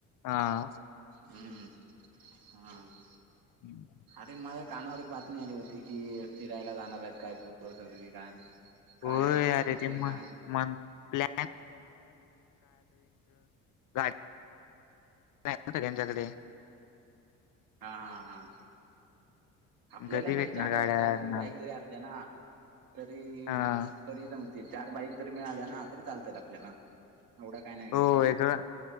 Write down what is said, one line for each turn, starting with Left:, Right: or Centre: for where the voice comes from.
Left: आं.
Right: हम्म. हां.
Left: हम्म.
Right: ते माझ्या कानावर एक बातमी आली होती की फिरायला जाणार आहेत काय पोरं सगळी काय. काय
Left: हो यारे
Right: आहे विषय
Left: ते,
Right: काय
Left: म म प्ल <unintelligible> बाईकपण सगळ्यांच्याकडे
Right: हा हा हा. आपल्याला
Left: कधी
Right: काय
Left: भेटणार
Right: चार,
Left: गाड्यांना
Right: चार जर बाईक जरी असल्या ना तरी.
Left: हा
Right: तरी जमतील चार बाईक जरी मिळाल्या ना, तरी चालतेत आपल्याला. एवढा काय नाही विषय
Left: होय जरा,